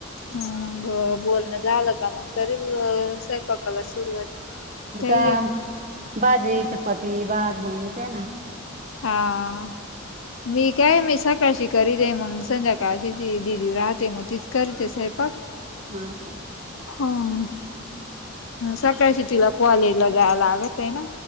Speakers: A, on the left; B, on the right.
A: हं मंग बोलणं झालं का, मंग करील सयंपाकाला सुरुवात.
B: आता
A: काही एक
B: भाजी, चपाती, भात बणी ते ना.
A: हां. मी काय, मी सकाळशी करीते, मंग संध्याकाळशी ती दिदी राहते, मग तीच करीते स्वयंपाक.
B: हां का?
A: हं, सकाळशी तिला, कॉलेजला जाय लाग तेना,